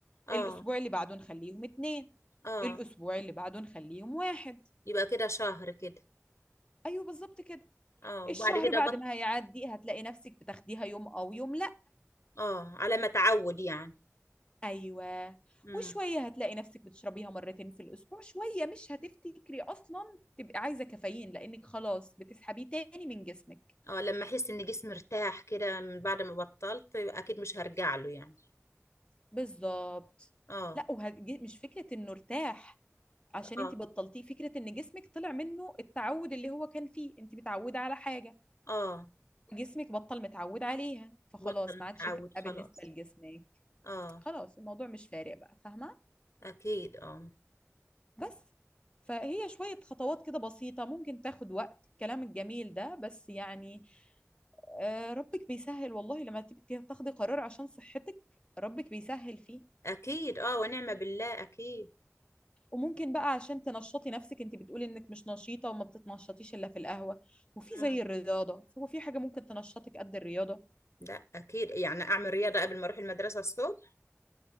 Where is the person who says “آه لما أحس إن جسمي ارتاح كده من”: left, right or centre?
Left